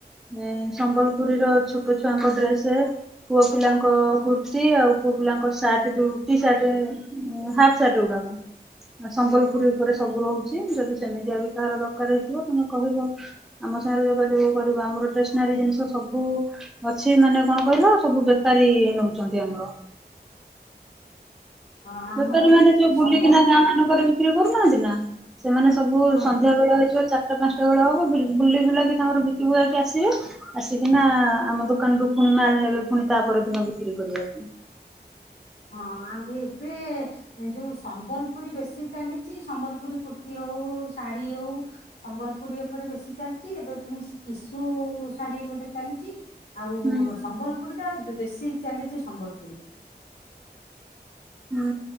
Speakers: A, in the centre; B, on the left.
A: ଏ ସମ୍ବଲପୁରୀର ଛୋଟ ଛୁଆଙ୍କ ଡ୍ରେସେ ପୁଅପିଲାଙ୍କ କୁର୍ତ୍ତୀ ଆଉ ପୁଅ ପିଲାଙ୍କ ସାର୍ଟେ ଯୋଉ ଟି ସାର୍ଟେ ହାପ ସାଟଗୁଡାକ ଆ ସମ୍ବଲପୁରୀ ଉପରେ ସବୁ ରହୁଚି ଯଦି ସେମିତିଆ ବି କାହାର ଦରକାରେ ହେଇଥିବ ତମେ କହିବ ଆମ ସାଙ୍ଗରେ ଯୋଗାଯୋଗ କରିବ ଆମର ଟେସନାରୀ ଜିନିଷ ସବୁ ଅଛି ମାନେ କଣ କହିଲ ସବୁ ବେପାରୀ ନୋଉଚନ୍ତି ଆମର।
B: ହଁ ଆମର
A: ବେପାରୀ ମାନେ ଯୋଉ ବୁଲିକିନା
B: ସମ୍ବଲ
A: ଗାଁମାନଙ୍କରେ ବିକ୍ରିକରୁ ନାହାନ୍ତି ନା ସେମାନେ ସବୁ
B: ହଁ
A: ସନ୍ଧ୍ୟାବେଳ ହେଇଯିବ ଚାର୍ ଆଟା ପାଞ୍ଚଟା ବେଳ ହବ ବୁଲି ବୁଲି ବୁଲାକି ତାଙ୍କର ବିକିବାକୁ ଆସିବେ ଆସିକିନା ଆମ ଦୋକାନରୁୁ ପୁଣି ମାଲ ନେବେ ପୁଣି ତା ପରଦିନ ବିକ୍ରି କରିବା ପାଇଁ।
B: ହଁ ଆଉ ଏ ଏବେ ଯୋଉ ସମ୍ବଲପୁରୀ ବେଶୀ ଚାଲିଚି ସମ୍ବଲପୁରୀ କୁର୍ତ୍ତୀ ହୋଉ ଶାଢୀ ହୋଉ ସମ୍ବଲପୁରୀ ଉପରେ ବେଶୀ ଚାଲଚି ଏବେ ପୁଣି ଟିଶୁ ଶାଢୀ ଗୋଟେ ଚାଲିଚି। ଆଉ
A: ହୁଁ
B: ସମ୍ବଲପୁରୀଟା ବେଶୀ ଚାଲିଚି ସମ୍ବଲପୁରୀ
A: ହୁଁ